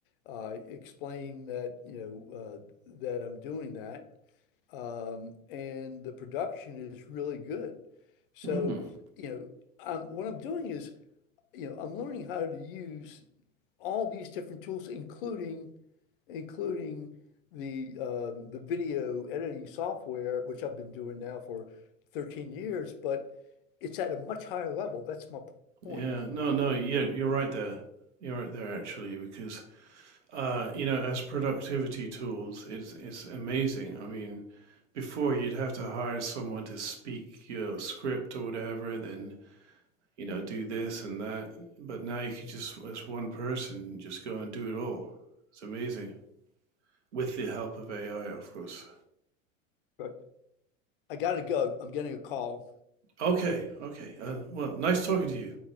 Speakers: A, on the left (about 45°); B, on the right (about 60°).
A: Uh, explain that you know uh, that I'm doing that, um, and the production is really good. So
B: Mm.
A: you know, um, what I'm doing is you know, I'm learning how to use all these different tools, including including the um, the video editing software, which I've been doing now for 13 years, but it's at a much higher level. That's my point.
B: Yeah. No, no, yeah, you're right there. You're right there actually, because uh, you know, as productivity tools, it's it's amazing. I mean, before you'd have to hire someone to speak your script or whatever, then you know, do this and that. But now you could just, as one person, just go and do it all. It's amazing. With the help of AI, of course.
A: Right. I gotta go. I'm getting a call.
B: Okay, okay. Uh, well, nice talking to you.